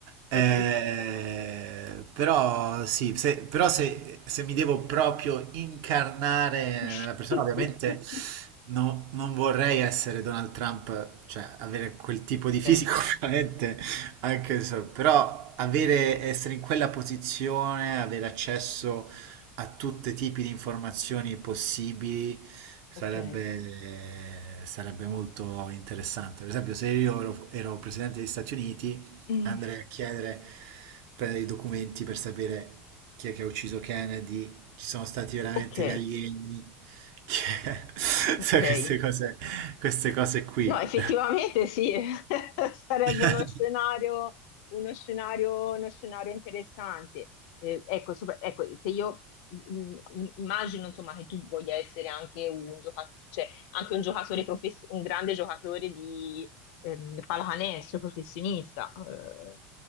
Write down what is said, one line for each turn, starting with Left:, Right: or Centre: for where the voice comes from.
Right: Eh,
Left: Oltretutto.
Right: però sì, se, però se, se mi devo proprio incarnare
Left: <laughs>
Right: nella persona, ovviamente no- non vorrei essere Donald Trump, cioè avere quel tipo
Left: Ok,
Right: di fisico, <laughs> ovviamente, anche so, però avere, essere in quella posizione, avere accesso a tutti i tipi di informazioni possibili sarebbe,
Left: ok.
Right: sarebbe molto interessante. Per esempio, se io ero, ero presidente degli Stati Uniti,
Left: Mm,
Right: andrei a chiedere, prendere i documenti per sapere chi è che ha ucciso Kennedy, ci sono stati veramente
Left: ok,
Right: gli alieni, che- <laughs> sai,
Left: ok.
Right: queste cose, queste cose qui.
Left: No, effettivamente sì, <laughs> sarebbe
Right: <laughs>
Left: uno scenario, uno scenario, uno scenario interessante. Eh, ecco, sopra- ecco, se io mh, im- immagino insomma che tu voglia essere anche un giocatore, cioè anche un giocatore profes- un grande giocatore di ehm, pallacanestro professionista, eh,